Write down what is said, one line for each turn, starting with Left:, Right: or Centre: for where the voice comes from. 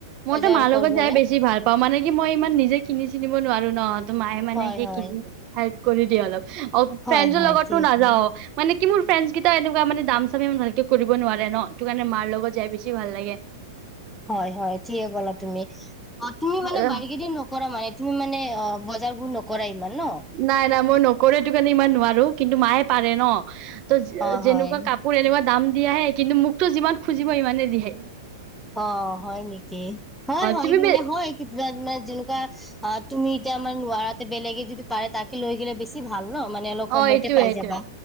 Right: মোৰ
Centre: বজাৰ
Right: তো মাৰ লগত
Centre: কৰিবলে
Right: যাই বেছি ভাল পাওঁ মানে। মই ইমান নিজে কিনি চিনিব নোৱাৰো ন। ত মায়ে মানে
Centre: হয়
Right: কি।
Centre: হয়
Right: কৰি দিয়া অলপ। অ,
Centre: হয়
Right: ফেনচৰ
Centre: হয়
Right: লগতো
Centre: ঠিকে
Right: নাযাও
Centre: ক'লা
Right: মানে। কি মোৰ ফ্ৰেড কেইটা এনেকুৱা মানে দাম চামি ভালকে কৰিব নোৱাৰে ন, তটো কাৰণে মাৰ লগত যাই বেছি ভাল লাগে।
Centre: হয় হয় ঠিকে ক'লা তুমি, অ তুমি মানে
Right: অ
Centre: বাৰগেদিঙ নকৰা? কাৰ মানে তুমি মানে অ বজাৰ বোৰ নকৰাই। ইমান ন?
Right: নাই নাই মই নকৰে তটো কাৰণে ইমান নোৱাৰো কিন্তু মায়ে পাৰে ন। ত,
Centre: অ হয়
Right: যেনেকুৱা কাপোৰ এনেকুৱা দাম। দিয়াহে কিন্তু মোকতো যিমান খুজিব সিমানে দি আহিম।
Centre: অ, হয় নেকি? হয় হয়
Right: তুমি
Centre: মানে হয়। মানে যেনেকুৱা তুমি এতিয়া আমাৰ নোৱাৰাতে বেলেগে যদি পাৰে তাকে লৈ গিললে বেছি ভাল। ন মানে অলপ
Right: অ,
Centre: কমতে
Right: এইটোয়ে
Centre: পাই
Right: এইটোয়ে
Centre: যাবা